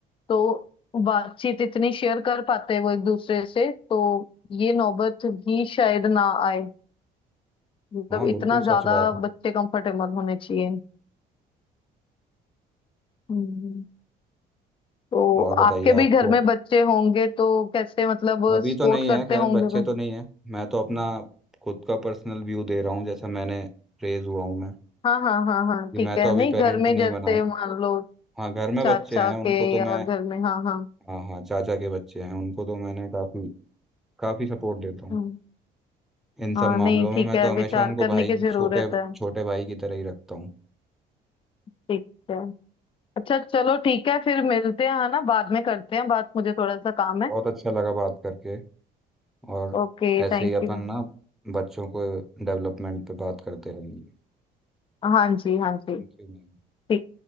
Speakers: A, on the left; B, in the centre.
A: तो बातचीत इतनी शेयर कर पाते वो एक दूसरे से तो ये नौबत भी शायद ना आए मतलब
B: हाँ बिल्कुल
A: इतना ज्यादा
B: सच बात है
A: बच्चे कंफर्टेबल होने चाहिए हम्म। तो
B: और बताइए
A: आपके भी
B: आपको
A: घर में बच्चे होंगे तो कैसे मतलब
B: अभी
A: सपोर्ट
B: तो नहीं है
A: करते
B: खैर
A: होंगे
B: बच्चे
A: भाई
B: तो नहीं है मैं तो अपना खुद का पर्सनल व्यू दे रहा हूँ जैसा मैंने रेज हुआ हूँ मैं
A: हाँ हाँ हाँ हाँ
B: कि
A: ठीक
B: मैं
A: है
B: तो अभी
A: नहीं
B: पेरेंट
A: घर में
B: नहीं
A: जैसे
B: बना हूँ
A: मान लो
B: हाँ घर में
A: चाचा
B: बच्चे हैं
A: के
B: उनको
A: या
B: तो मैं
A: घर में हाँ हाँ
B: हाँ हाँ चाचा के बच्चे हैं उनको तो मैंने काफी काफी सपोर्ट देता हूँ
A: हम्म,
B: इन सब
A: हाँ
B: मामलों
A: नहीं ठीक
B: में मैं
A: है
B: तो हमेशा
A: विचार
B: उनको
A: करने
B: भाई
A: की जरूरत
B: छोटे
A: है
B: छोटे भाई की तरह ही रखता हूँ
A: ठीक है अच्छा चलो ठीक है फिर मिलते हैं है ना बाद में करते हैं बात मुझे थोड़ा सा काम है
B: बहुत अच्छा लगा बात करके और
A: Okay
B: ऐसे
A: thank
B: ही अपन
A: you
B: ना बच्चों को डेवलपमेंट पे बात करते रहेंगे
A: हाँ जी हाँ जी
B: Thank you ma'am
A: ठीक